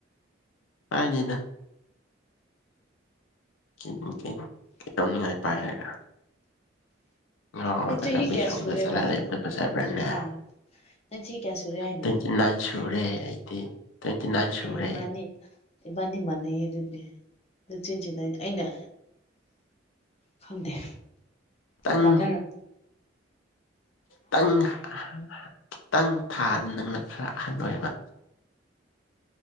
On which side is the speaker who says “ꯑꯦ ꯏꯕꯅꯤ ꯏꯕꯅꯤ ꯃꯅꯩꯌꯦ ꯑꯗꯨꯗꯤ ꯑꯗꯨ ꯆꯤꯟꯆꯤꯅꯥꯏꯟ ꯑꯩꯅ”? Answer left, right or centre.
Left